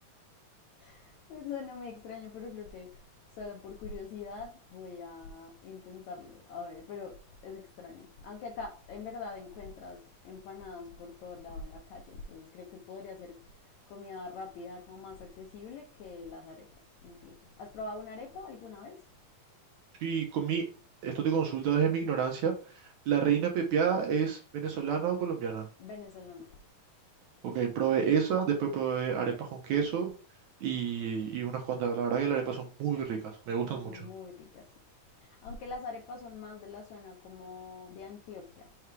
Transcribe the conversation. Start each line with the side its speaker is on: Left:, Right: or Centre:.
Left: <laughs> suena muy extraño, pero creo que solo por curiosidad voy a intentarlo. A ver, pero es extraño. Aunque acá en verdad encuentras empanadas por todo lado en la calle, entonces creo que podría ser comida rápida, como más accesible que las arepas incluso. ¿Has probado una arepa alguna vez?
Right: Y con mi, esto te consulta desde mi ignorancia. ¿La reina pepiada es venezolana o colombiana?
Left: Venezolana.
Right: Ok, probé esa, después probé arepas con queso y, y unas cuantas. La verdad que las arepas son muy ricas, me gustan
Left: Son
Right: mucho.
Left: muy ricas, sí. Aunque las arepas son más de la zona como de Antioquia,